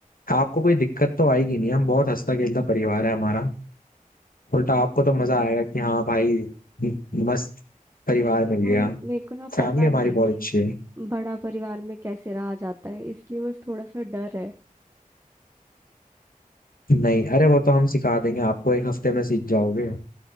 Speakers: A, on the left (about 80°); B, on the right (about 20°).
A: आपको कोई दिक्कत तो आएगी नहीं हम बहुत हंसता खेलता परिवार है हमारा उल्टा आपको तो मजा आएगा कि हाँ भाई मस्त परिवार
B: देखो
A: मिल गया
B: मेरे को ना
A: फैमिली
B: पता
A: हमारी
B: नहीं है
A: बहुत
B: कि
A: अच्छी है
B: बड़ा परिवार में कैसे रहा जाता है इसलिए बस थोड़ा सा डर है
A: नहीं अरे वो तो हम सिखा देंगे आपको एक हफ्ते में सीख जाओगे